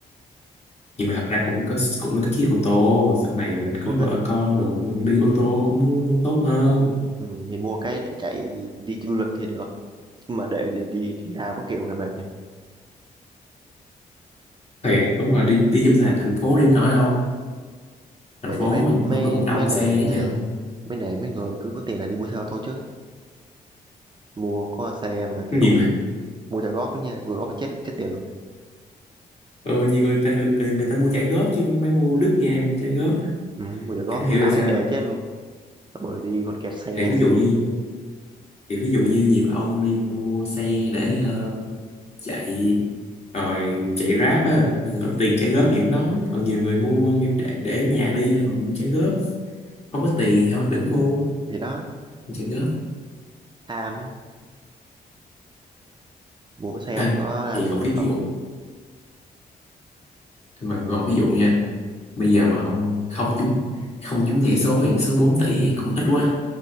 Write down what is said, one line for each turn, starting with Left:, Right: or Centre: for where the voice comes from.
Left: nhưng mà thật ra cũng có cũng có cái chiếc ô tô sau này
Right: ừ,
Left: mình
Right: cũng
Left: có
Right: thích
Left: vợ con rồi đi ô tô cũng tốt hơn
Right: ừ, thì mua cái để chạy đi du lịch thì được mà để đi đi đi làm có kiểu người mệt nhỉ
Left: thiệt đúng rồi đi đi trong thành thành phố điểm nổi đâu thành
Right: bởi
Left: phố
Right: vậy mấy mấy
Left: mình lúc nào cũng
Right: mấy
Left: đông
Right: nể
Left: xe hết trơn
Right: mấy nể mấy người cứ có tiền là đi mua xe ô tô trước á mua có xe mà kiểu
Left: nhiều
Right: mua trả góp đó nha vừa góp chết chết tiền luôn
Left: ừ, nhiều người ta người, người ta mua trả góp chứ không phải mua đứt nha mua trả góp á.
Right: ừ, mua trả góp
Left: chẳng hiểu
Right: lãi
Left: là sao
Right: đè chết luôn bởi đi còn kẹt xe
Left: thì ví dụ như thì ví dụ như nhiều ông đi mua xe để ờ, chạy rồi chạy Grab á có
Right: ừ.
Left: tiền trả góp thì không nói còn nhiều người mua kiểu để, để ở nhà đi thôi mà cũng trả góp không có tiền thì thôi đừng mua
Right: thì đó
Left: trả góp
Right: tham á mua cái xe
Left: à,
Right: có làm
Left: thì
Right: gì
Left: còn
Right: được
Left: ví dụ
Right: đâu
Left: mà còn ví dụ nha bây giờ mà ông không trúng không trúng nhảy số thì số 4 tỷ thì cũng ít quá